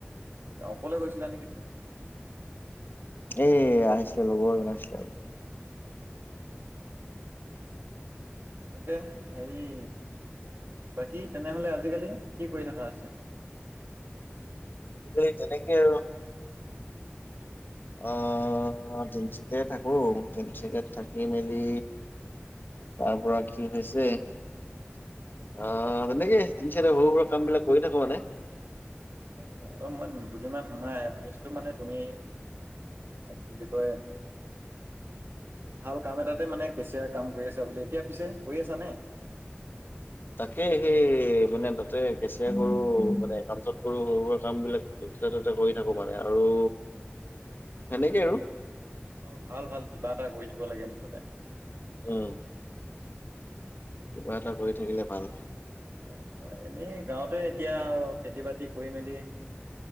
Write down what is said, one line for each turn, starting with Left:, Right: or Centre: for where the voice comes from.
Right: অকলে গৈছিলা নেকি তুমি?
Left: এই আহিছিল লগজন আছিল আৰু
Right: তাকে হেৰি বাকী তেনেহলে আজিকালি কি কৰি থাকা হৈছে?
Left: এই তেনেকৈ আৰু আহ তিনিচুকীয়া থাকো তিনিচুকীয়াত থাকি মেলি তাৰ পৰা কি হৈছে আহ তেনেকে তিনিচুকীয়া সৰু সুৰা কাম বিলাক কৰি থাকো মানে।
Right: আচ্ছা আচ্ছা অ মই দুদিনমান সোমাই শুনিছিলো মানে তুমি কি বুলি কয় ভাল কাম এটাতে মানে কেচিয়া কাম কৰি আছা বুলি এতিয়া পিছে কৰি আছানে?
Left: তাকে সেই মানে তাতে কেচিয়াৰ কৰো মানে একাউছত কৰো সৰু সুৰা কাম বিলাক যতে ততে কৰি থাকো মানে আৰু সেনেকে
Right: আচ্ছা
Left: আৰু
Right: আচ্ছা অ ভাল ভাল কিবা এটা কৰি থকা দিব লাগে মুঠতে
Left: উমহ কিবা এটা কৰি থাকিলে ভাল
Right: হয় মই এনেই গাঁৱতে এতিয়া খেতি বাতি কৰি মেলি